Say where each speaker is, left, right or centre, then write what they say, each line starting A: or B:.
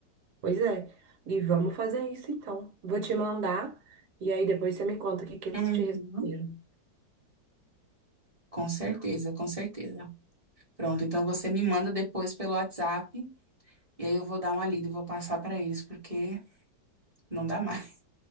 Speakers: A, on the right; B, on the right.
A: Pois é. E vamos fazer isso então. Vou te mandar e aí depois você me conta o que que eles
B: Uhum.
A: te responderam.
B: Com certeza, com certeza. Pronto, então você me manda depois pelo WhatsApp, e aí eu vou dar uma lida e vou passar pra eles, porque não dá mais.